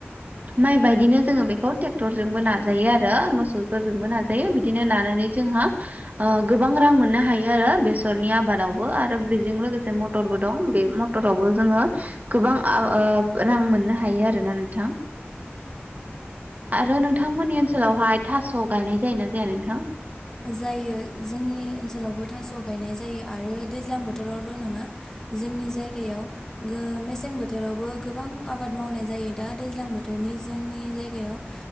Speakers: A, on the right; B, on the left.
A: माइ बायदिनो जोंङो बेखौ टेक्टरजोंबो नाजायो आरो मोसौफोरजोंबो नाजायो बिदिनो नाना जोंहा ओ गोबां रां मोननो हायो आरो बेसरनि आबादावबो आरो बेजों लोगो से मटरबो दं बे मटरावबो जोङो गोबां आ ओ रां मोननो हायो आरोना नोंथां। आरो नोंथांमोननि ओनसोलावहाय थास' गायनाय जायोना जाया नोंथां?
B: जायो जोंनि ओनसोलावबो थास' गायनाय जायो आरो दैज्लां बोथोरावल' नंङा जोंनि जायगायाव मेसें बोथोरावबो गोबां आबाद मावनाय जायो। दा दैज्लां बोथोरनि जोंनि जायगायाव